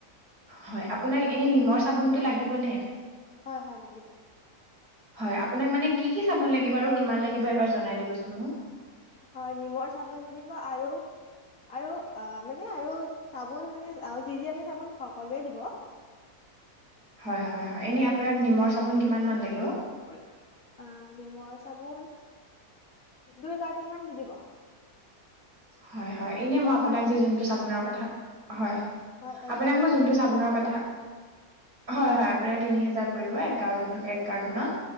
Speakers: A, on the right; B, on the left.
A: হয়, আপোনাক এনে নিমৰ চাবোনতটো লাগিব নে?
B: হয়, হয় লাগিব।
A: হয় আপোনাক মানে কি কি চাবোন লাগিব আৰু কিমান লাগিব এবাৰ জনাই দিবচোন মোক?
B: হয়, নিমৰ চাবোনটো দিব আৰু আৰু মানে আৰু চাবোন মানে যি, যি আছে চাবোন সকলোৱে দিব।
A: হয়, হয়, হয় এনে আপোনাক নিমৰ চাবোন কিমান মান লাগিব
B: অ, নিমৰ চাবোন। দুই কাৰ্টুন মান দি দিব।
A: হয়, হয় এনে মই
B: এক
A: আপোনাক
B: কাৰ্টুন
A: যে যোনটো চাবোনৰ কথা হয়,
B: হয় এক
A: আপোনাক
B: কাৰ্টুনত
A: মই যোনটো
B: তিনি
A: চাবোনৰ
B: হাজাৰ পৰিব
A: কথা, হয়, হয় আপোনাৰ তিনি হেজাৰ পৰিব, এক কাৰ্টুনত।